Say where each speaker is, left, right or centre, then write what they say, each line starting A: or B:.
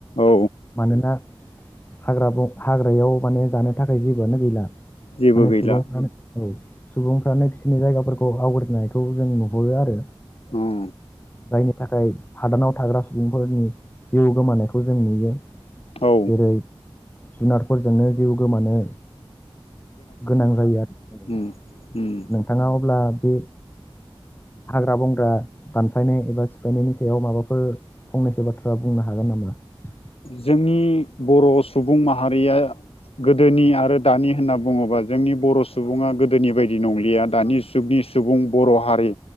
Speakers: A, on the left; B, on the left.
A: औ
B: <inaudible> मानोना हाग्रा ब हाग्रायाव माने जानो थाखाय जेबोआनो गैला।
A: जेबो
B: माने
A: गैला
B: सुबुंफ्रा औ सुबुंफ्रानो बिसोरनि जायगाफोरखौ आवग्रिनायखौ जों नुहरो आरो
A: उम
B: जोंनि थाखाय हादानाव थाग्रा सुबुंफोरनि जिउ गोमानायखौ जों नुयो
A: औ
B: जेरै जुनारफोरजोंनो जिउ गोमानो गोनां जायो आरो
A: उम उम
B: नोंथाङा अब्ला बे हाग्रा बंग्रा दानफायनाय एबा सिफायनायनि सायाव माबाफोर फंनैसो बाथ्रा बुंनो हागोन गोन नामा?
A: जोंनि बर' सुबुं माहारिया गोदोनि आरो दानि होनना बुङोबा जोंनि बर' सुबुङा गोदोनि बायदि नंलिया दानि जुगनि सुबुं बर' हारि